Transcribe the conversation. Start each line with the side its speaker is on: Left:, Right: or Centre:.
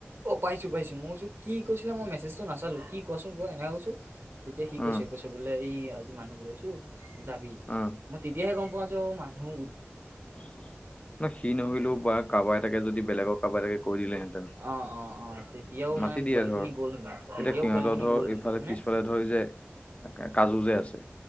Right: অ পাই পাইছো মই কো কি কৈছিলে মই মেছেজটো নাচালো কি কোৱা চোন কোৱা এনেকা কৈছো তেতিয়া সি কৈছে
Left: অ
Right: কৈছে বোলে এই আজি মানুহ ঘুটাইছো যাবি
Left: অ
Right: মই তেতিয়াহে গম পাওঁ পোৱা যাও মানুহ।
Left: ন সি নহৰিলেও বা কাৰোবাৰ এতাকে যদি বেলেগক কাব এতাকে কৈ দিলেহেঁতেন
Right: অ অ অ তেতিয়াও
Left: মাতি
Right: মানে
Left: দিয়ে
Right: পোৱালিখিনি
Left: ধৰ
Right: গ'ল হেঁতেন তেতিয়াও
Left: এতিয়া সিহঁতৰ
Right: পোৱালিখিনি
Left: ধৰ
Right: গ'ল হেঁতেন
Left: ইফালে
Right: হয়নে
Left: পিছফালে ধৰি যে কাজু যে আছে